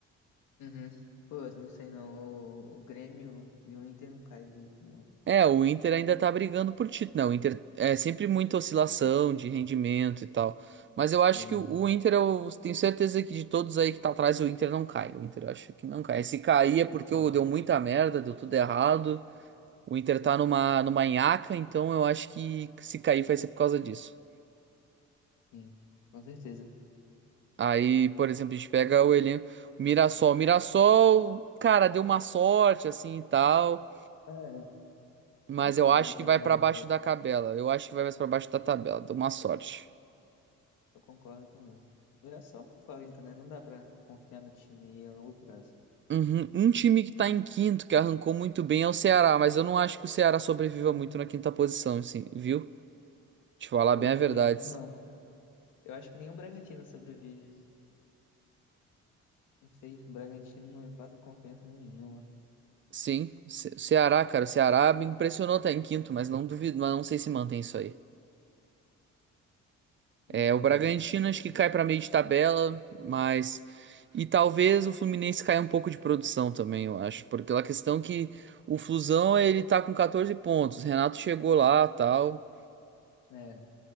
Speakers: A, on the left; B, on the right.
A: Uhum. Pô, não sei não. O, o Grêmio e o Inter não caem de jeito nenhum.
B: É, o Inter ainda tá brigando por título, né? O Inter é sempre muita oscilação de rendimento e tal. Mas eu acho
A: Sim,
B: que o o Inter, eu tenho certeza que de todos aí que tá atrás, o Inter não cai. O Inter eu acho que não cai. Se cair é porque
A: não cai.
B: ô, deu muita merda, deu tudo errado. O Inter tá numa, numa nhaca, então eu acho que se cair vai ser por causa disso.
A: Sim, com certeza.
B: Aí, por exemplo, a gente pega o elenco, o Mirassol. O Mirassol, cara, deu uma sorte assim e tal.
A: É,
B: Mas
A: uma incógnita,
B: eu acho que vai
A: né, o
B: pra
A: Mirassol?
B: baixo da tabela. Eu acho que vai mais pra baixo da tabela. Deu uma sorte.
A: Eu concordo também. O Mirassol é uma incógnita, né? Não dá pra confiar no time a longo prazo.
B: Uhum. Um time que tá em quinto, que arrancou muito bem, é o Ceará, mas eu não acho que o Ceará sobreviva
A: Hum.
B: muito na quinta posição, assim, viu? Te falar
A: Pô,
B: bem
A: eu
B: a
A: também
B: verdade.
A: acho que não. Eu acho que nem o Bragantino sobrevive. Não sei, o Bragantino não me passa confiança nenhuma.
B: Sim, Ce- Ceará, cara, o Ceará me impressionou tá em quinto, mas não duvido, mas não sei se mantém isso aí.
A: Hum,
B: É, o Bragantino
A: eu-
B: acho que cai pra meio de tabela, mas e talvez o Fluminense caia um pouco de produção também, eu acho, porque a questão que o Flusão, ele tá com 14 pontos, o Renato chegou lá, tal,
A: é.